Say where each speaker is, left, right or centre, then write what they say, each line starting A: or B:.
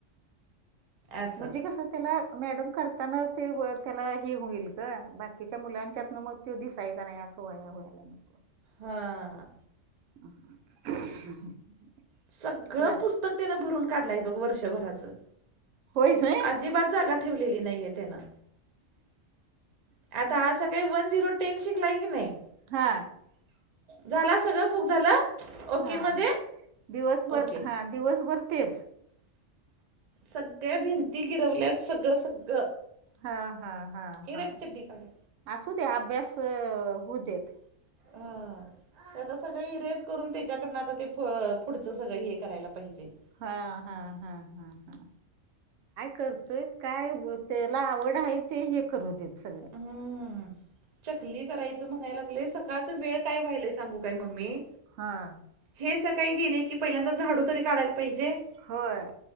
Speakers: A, on the right; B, on the right.
A: असं
B: म्हणजे कस त्याला मॅडम करताना ते त्याला हे होईल. बाकीच्या मुलांच्यात ना मग तो दिसायचा नाही असं वया व्हायला नको.
A: हां
B: <inaudible>
A: सगळं
B: ला
A: पुस्तक त्यानं भरून काढलंय बघ वर्षभराचं.
B: होय नाही
A: अजिबात जागा ठेवलेली नाहीये त्यानं. आता आज सकाळी वन झिरो टेन शिकलाय की नाही.
B: हा
A: झाला सगळं बुक झालं. ओके
B: हा
A: मध्ये
B: दिवसभर
A: ओके
B: हा दिवसभर तेच.
A: सगळे भिंती गिरवल्यात सगळं सगळं.
B: हा हा हा
A: इकडे
B: हा
A: चड्डी काढूया
B: असू दे अभ्यास होऊ देत. <inaudible>
A: ते आता सगळ इरेज करून त्याच्याकडनं आता ते पुढचं सगळं हे करायला पाहिजे.
B: हा हा हा हा हा करतोय काय त्याला आवड ते हे. करू देत सगळं.
A: हम्म. करायचं म्हणायला लागलेय सकाळच वेळ काय वहिय सांगू काय मम्मी.
B: हां
A: हे संकाळी गेले की पहिल्यांदा झाडू तरी काढायला पाहिजे.
B: होय.